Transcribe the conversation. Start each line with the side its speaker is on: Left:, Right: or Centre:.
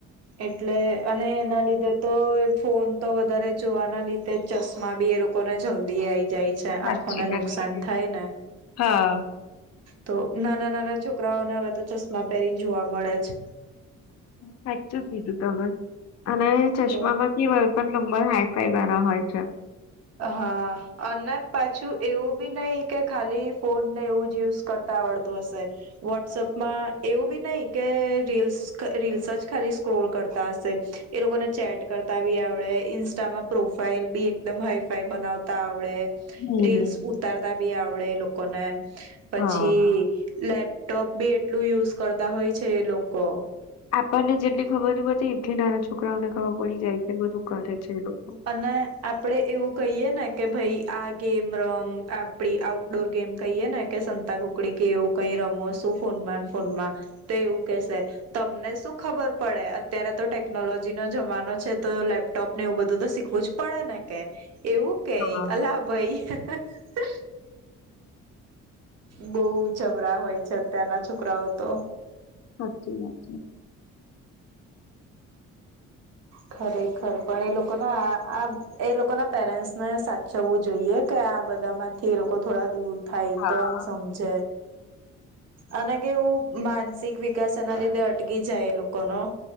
Right: એટલે અને એના લીધે તો ફોન તો વધારે જોવાના લીધે ચશ્મા બી એ લોકોને જલ્દી આઈ જાય છે.
Left: સાચી
Right: આંખોને
Left: વાત
Right: નુકસાન
Left: કીધી
Right: થાય ને
Left: હા
Right: તો નાના નાના છોકરાઓને હવે તો ચશ્મા પહેરીને જોવા મળે છે.
Left: સાચું કીધું તમે. અને ચશ્મામાંથી
Right: તો
Left: વય પણ નંબર હાય કઈ વારા હોય છે.
Right: હા અને પાછું એવું બી નહી કે ખાલી ફોનને એવું જ યુઝ કરતા આવડતું હશે વોટ્સઅપમાં એવું બી નહી કે રીલ્સ રીલ્સ જ ખાલી સ્ક્રોલ કરતા હશે એ લોકોને ચેટ કરતા બી આવડે ઇન્સ્ટામાં પ્રોફાાઈલ બી એકદમ હાઈ ફાઈ બનાવતા આવડે.
Left: હમ
Right: રીલસ ઉતારતા તા બી આવડે એ લોકોને. પછી
Left: હા
Right: લેપ લેપટોપ બી એટલું યુઝ કરતા હોય છે એ લોકો.
Left: આપણને જેટલી ખબર ની પડતી એટલી નાના છોકરાઓને ખબર પડી જાય છે બધું કરે છે એ લોકો
Right: અને આપડે એવું કહીએ ને કે ભાઈ આ ગેમ રમ આપડી આઉટડોર ગેમ કહીએ ને કે સંતા તા કુકડી કે એવું કઈ રમો ફોનમાં ફોનમાં તો એવું કેશે તમને શું ખબર પડે અત્યારે તો ટેકનોલોજી નો જમાનો છે તો લેપટોપ ને એવું બધું તો શીખવું જ પડે ને કે એવું કે,
Left: હા
Right: અલ્હ ભાઈ. હ. બઉુ જબરા હોય છે અત્યારના છોકરાઓ તો.
Left: હાજી હાજી.
Right: ખરેખર પણ એ લોકોના આ એ લોકો ના પેરેન્ટ્સને સાચવવું જોઈએ કે આ બધા માંથી એ લોકો થોડા દૂર થાય
Left: હા
Right: તો આમ સમજે. અને કેવું માનસિક વિકાસ ના લીધે અટકી જાય એ લોકો નો